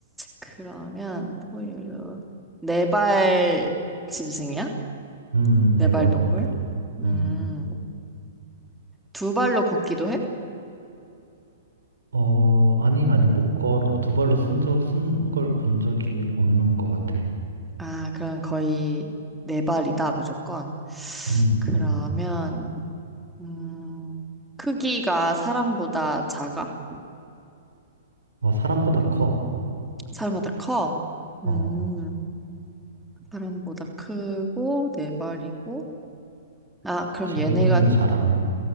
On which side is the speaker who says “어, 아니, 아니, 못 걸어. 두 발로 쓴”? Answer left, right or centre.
Right